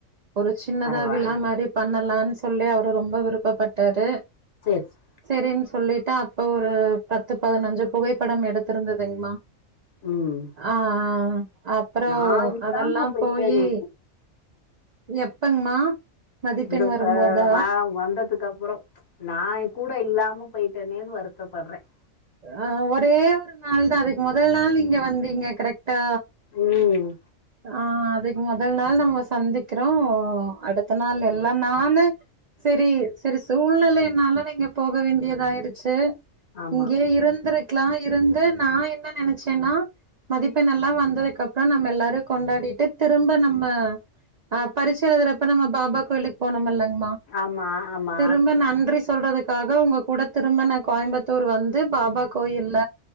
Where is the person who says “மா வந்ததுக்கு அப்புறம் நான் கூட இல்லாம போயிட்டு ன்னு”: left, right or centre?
Left